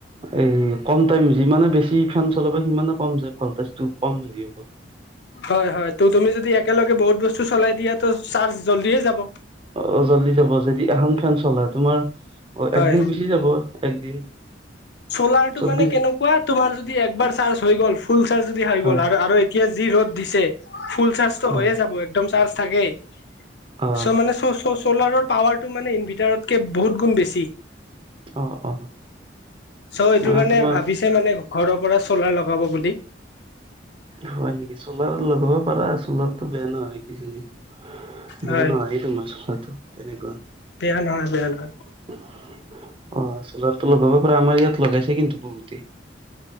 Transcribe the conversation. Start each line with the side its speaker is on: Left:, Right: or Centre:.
Right: এই কম টাইম যিমানে বেছি ফেন চলাব সিমানে কম যায় ভলটেজ টো কম হেৰি হব।
Left: হয় হয় ত' তুমি যদি একেলগে বহুত বস্তু চলাই দিয়া তো চাৰ্জ জল্ডিয়ে যাব।
Right: অ জল্দি যাব যদি এখন ফেন চলা তোমাৰ অ
Left: হয়
Right: একদিন গুচি যাব একদিন।
Left: চলাৰটো
Right: চৌবিশ
Left: মানে কেনেকুৱা তোমাৰ যদি একবাৰ চাৰ্জ হৈ গল ফুল চাৰ্জ যদি হৈ
Right: হয়
Left: গ'ল আৰ আৰ এইট এতিয়া যি ৰ'দ দিছে ফুল চাৰ্জটো
Right: হয়
Left: হৈয়ে যাব একদম চাৰ্জ থাকেই চ'
Right: অ
Left: মানে চ চ চ'লাৰৰ পাৱাৰটো মানে ইনভাৰ্টাৰতকে বহুত গুণ বেছি
Right: অ অ
Left: চ' এইটো
Right: মানে
Left: কাৰনে
Right: তোমাৰ
Left: ভাবিছে মানে ঘৰৰ পৰা চলাৰ লগাব বুলি
Right: হয় নেকি চলাৰ লগাব পাৰা চলাৰটো বেয়া নহয় কিজানি
Left: হয়
Right: বেয়া নহয় হে তোমাৰ চলাৰটো তেনেকুৱা
Left: বেয়া নহয় বেয়া নহয়
Right: অ চলাৰটো লগাব পাৰা আমাৰ ইয়াত লগাইছে কিন্তু বহুতেই